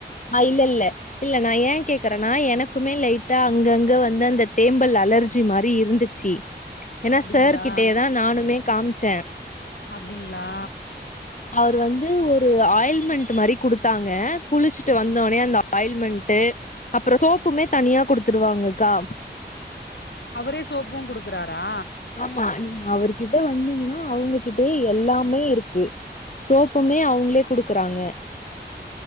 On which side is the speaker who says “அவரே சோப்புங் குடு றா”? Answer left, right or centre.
Left